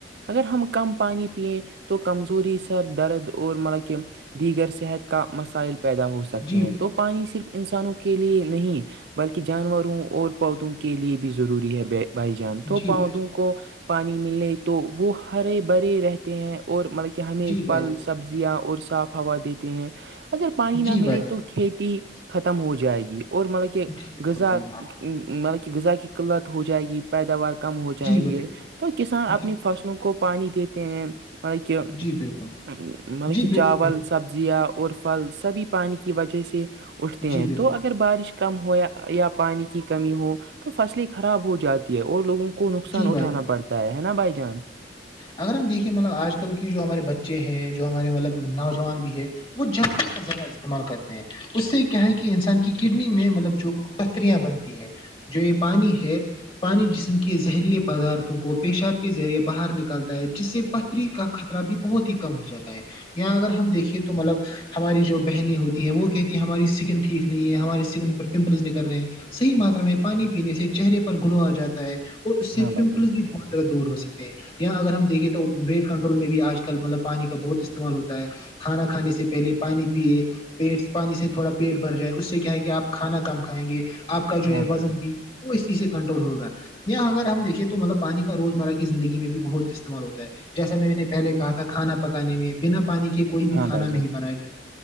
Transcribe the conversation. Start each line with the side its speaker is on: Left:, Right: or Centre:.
Right: اگر ہم کم پانی پیئیں تو کمزوری سر درد اور مطلب کہ دیگر صحت کا مسائل پیدا ہو سکتے
Left: جی
Right: ہیں تو پانی صرف انسانوں کے لیے نہیں بلکہ جانوروں اور پودوں کے لیے بھی ضروری ہے بھائی جان تو
Left: جی
Right: پودوں
Left: بھائی جان
Right: کو پانی ملے تو وہ ہرے بھرے رہتے ہیں اور مطلب کہ ہمیں
Left: جی بھائی
Right: پل سبزیاں اور صاف ہوا دیتے ہیں اگر پانی
Left: جان
Right: نہ
Left: جی بھائی
Right: ملے تو کھیتی ختم ہو جائے گی اور مطلب کہ
Left: جی بالکل
Right: غذا
Left: صحیح کہا
Right: مطلب کہ غذا کی قلت ہو جائے گی پیداوار کم ہو جائیں
Left: جی بھائی
Right: گے تو کسان اپنی
Left: جی
Right: فصلوں کو پانی دیتے ہیں مطلب کی
Left: جی بالکل
Right: مطلب
Left: جی
Right: کی
Left: بالکل
Right: چاول
Left: صحیح
Right: سبزیاں اور پھل سبھی پانی کی وجہ سے اٹھتے ہیں
Left: جی بالکل
Right: تو اگر بارش کم ہو یا پانی کی کمی ہو تو فصلیں خراب ہو جاتی ہے اور لوگوں کو کو نقصان
Left: جی
Right: اٹھانا
Left: بھائی جان
Right: پڑتا ہے نا بھائی جان
Left: اگر ہم دیکھے مطلب آج کل کی جو ہمارے بچے ہیں جو ہمارے مطلب نوجوان بھی ہے وہ جب کا زذیادہ استعمال کرتے ہیں اس سے کیا ہے کہ انسان کی کڈنی میں مطلب جو پتریاں بنتی ہے جو یہ پانی ہے پانی جسم کے زہریلی پدارتوں کو پیشاب کے ذریعے باہر نکل نکالتا ہے جس سے پتری کا خطرہ بھی بہت ہی کم ہو جاتا ہے یہاں اگر ہم دیکے تو مطلب ہماری جو بہنیں ہوتی ہیں وہ کہتی ہے ہماری اسکن ٹھیک نہیں ہے ہمارے سکن پر پمپلز نکل رہے ہیں صحیح ماترا میں پانی پینے سے چہرے پر گھلو آ جاتا ہے اور اس سے
Right: ہاں بھائی
Left: پمپلس
Right: جان
Left: بھی بہت زیادہ دور ہو سکتے ہیں اں اگر ہم دیکھے تو ویٹ کنٹرول میں بھی آج کل مطلب پانی کا بہت استعمال ہوتا ہے کھانا کھانے سے پہلے پانی پیے پیٹ پانی سے تھوڑا پیٹ بھر جائے اس سے کیا ہے کہ آپ کھانا کم کھائیں گے آپ کا جو
Right: ہاں
Left: ہے
Right: بھائی
Left: وزن
Right: جان
Left: بھی اس چیز سے کنٹرول ہوگا یااں اگر ہم دیکھیں تو مطلب پانی کا روزمرہ کی زندگی میں بھی بہت استعمال ہوتا ہے جیسا میں میں نے پہلے کہ تھا کھانا پکانے میں بنا پانی کے کوئی بھی
Right: ہاں
Left: کھانا
Right: بھائی
Left: نہیں
Right: جان
Left: بنایا